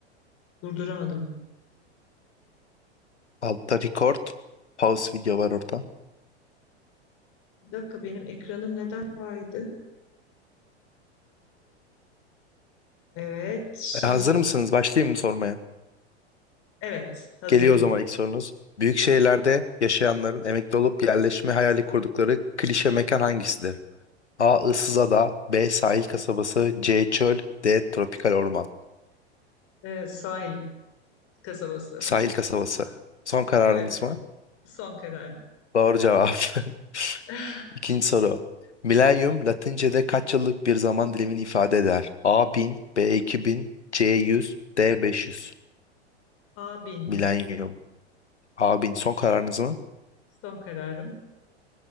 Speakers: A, on the left; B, on the left.
A: durduramadım.
B: Altta record. Pause video var orada.
A: Bir dakika benim ekranım neden kaydı? Evet. Şimdi
B: E, hazır mısınız? Başlayayım mı sormaya?
A: evet hazırım.
B: Geliyor o zaman ilk sorunuz. Büyük şehirlerde yaşayanların emekli olup yerleşme hayali kurdukları klişe mekan hangisidir? A. Issızada B. Sahil kasabası C. Çöl D. Tropikal orman
A: Evet, sahil kasabası.
B: Sahil kasabası. Son kararınız
A: Evet,
B: mı?
A: son kararım.
B: Doğru cevap. <laughs>
A: <laughs>
B: İkinci soru. Milenyum Latince'de kaç yıllık bir zaman dilimini ifade eder? A 1000, B 2000, C 100, D 500.
A: Abin,
B: Milenyum. A 1000. son kararınız mı?
A: son kararım.